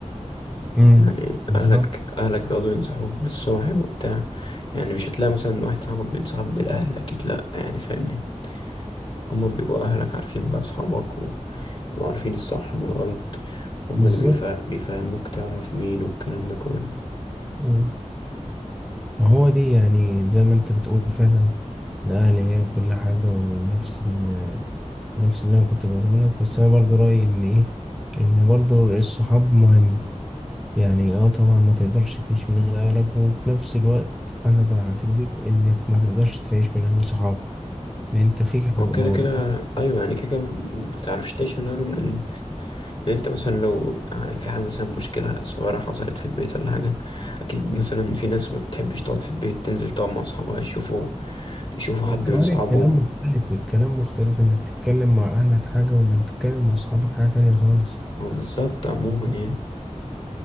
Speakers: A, in the centre; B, on the left.
A: امم
B: يعني
A: بالظبط
B: أهلك أهلك بيقعدوا ينصحوك بالصاحب وبتاع يعني مش هتلاقي مثلا واحد صاحبك بينصحك بالأهل أكيد لأ يعني فاهمني هما بيبقوا أهلك عارفين بقى أصحابك بيبقوا عارفين الصح من الغلط هما
A: بالظبط
B: اللي بيفا... بيفهموك تعرف مين والكلام ده كله
A: مم. وهو دي يعني زي ما انت بتقول فعلا الأهل هي كل حاجة ونفس ال... نفس اللي انا كنت بقوله لك بس انا برضه رأيي ان ايه ان برضه الصحاب مهم يعني اه طبعا ما تقدرش تعيش من غير اهلك وفي نفس الوقت انا بعتبر انك ما تقدرش تعيش من غير صحابك لان انت فيك حاجة
B: هو كده
A: موضوع
B: كده ايوه يعني كده كده ما تعرفش تعيش من غيرهم لان لان انت مثلا لو في حاجه مثلا مشكله صغيره حصلت في البيت ولا حاجه اكيد مثلا في ناس ما بتحبش تقعد في البيت تنزل تقعد مع اصحابها يشوفوا يشوفوا
A: وكمان
B: حد من صحابهم
A: الكلام مختلف الكلام مختلف انك تتكلم مع اهلك حاجة وانك تتكلم مع صحابك حاجة تانية خالص
B: هو بالظبط عموما
A: بالظبط
B: يعني